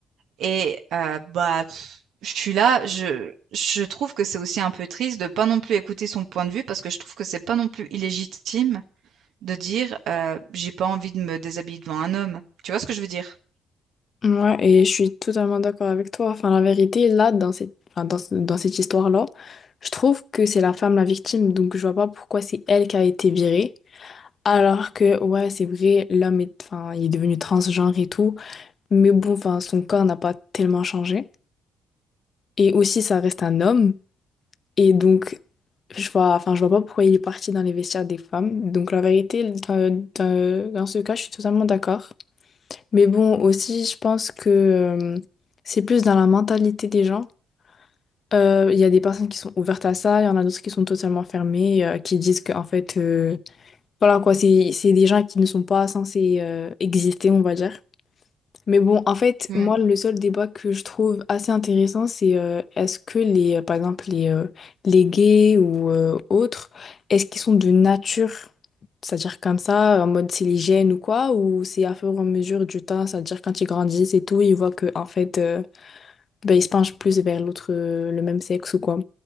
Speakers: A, on the right; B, on the left.
A: Et heu, bah, pff, je suis là, je je trouve que c'est aussi un peu triste de pas non plus écouter son point de vue parce que je trouve que c'est pas non plus illégitime de dire, heu: «J'ai pas envie de me déshabiller devant un homme». Tu vois ce que je veux dire?
B: Ouais, et je suis totalement d'accord avec toi. Enfin, la vérité, là, dans cette, enfin, dans, ce- dans cette histoire-là, je trouve que c'est la femme la victime, donc je vois pas pourquoi c'est elle qui a été virée. Alors que, ouais, c'est vrai, l'homme est, enfin, il est devenu transgenre et tout, mais bon, enfin, son corps n'a pas tellement changé. Et aussi, ça reste un homme. Et donc, je vois, enfin, je vois pas pourquoi il est parti dans les vestiaires des femmes. Donc, la vérité, dans, dans- dans ce cas, je suis totalement d'accord. Mais bon, aussi, je pense que euh, c'est plus dans la mentalité des gens. Euh, Il y a des personnes qui sont ouvertes à ça, il y en a d'autres qui sont totalement fermées, euh, qui disent que, en fait, euh, voilà quoi, c'est, c'est des gens qui ne sont pas censés euh, exister, on va dire. Mais bon, en fait,
A: Hmm.
B: moi, le seul débat que je trouve assez intéressant, c'est euh, est-ce que les, euh, par exemple, les, euh, les gays ou euh, autres, est-ce qu'ils sont de nature, c'est-à-dire comme ça, en mode c'est les gènes ou quoi, ou c'est à fur et à mesure du temps, c'est-à-dire quand ils grandissent et tout, ils voient que en fait, euh, ben, ils se penchent plus vers l'autre, euh, le même sexe ou quoi.